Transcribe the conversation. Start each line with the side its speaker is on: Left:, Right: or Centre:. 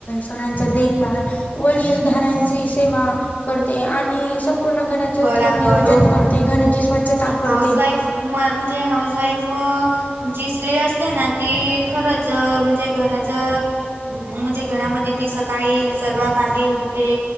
Left: सगळ्यांचा देखभाल वडीलधाऱ्यांची सेवा करते, आणि स्वपूर्ण घराचे
Right: बराबर
Left: उत्तम नियोजन
Right: हो
Left: करते, घराची स्वच्छता करते,
Right: हाऊस वाईफ म म्हणजे, हाऊसवाईफ जी स्त्री असते ना, ती खरंच म्हणजे घराच, म्हणजे घरामध्ये ती सकाळी सर्वात आधी उठते,